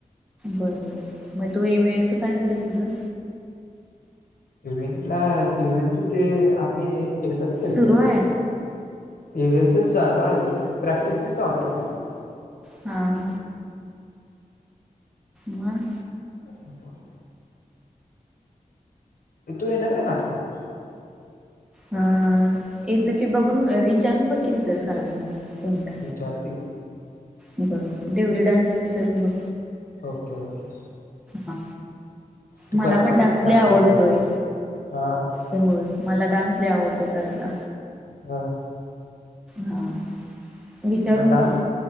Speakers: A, in the centre; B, on the left.
A: बर म तू इव्हेटच काय झालं तुझं?
B: इव्हेंट ला इव्हेंटच ते आम्ही एकदाच केलतं
A: सुरू
B: ग
A: आहे
B: इव्हेंटच चालू आहे प्रॅक्टिसच चालूये सध्या
A: हा हा. मग
B: ब <inaudible> ऐ तू येणार का नाटकात?
A: हा अ येतो की बघून विचारून बघ की तिथं सरासनी तुमच्या?
B: विचारते.
A: बर देवली डान्स विचारून बघ.
B: Okay okay.
A: हा
B: तू
A: मला
B: करणार
A: पण डान्स
B: आहेस का
A: लय आवडतोय.
B: कन्फर्म हा हा
A: होय मला डान्स लय आवडते करायला.
B: हा.
A: हा. विचारून
B: म डान्स
A: बघ